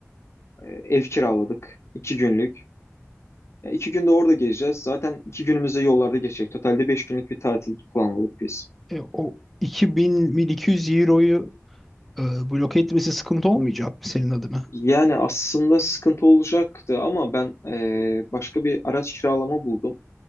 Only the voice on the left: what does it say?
e, ev kiraladık. iki günlük. Ya, iki günde orada gezeceğiz. Zaten iki günümüzde yollarda geçecek. Totalde beş günlük bir tatil planladık biz.
Yani aslında sıkıntı olacaktı ama ben e, başka bir araç kiralama buldum.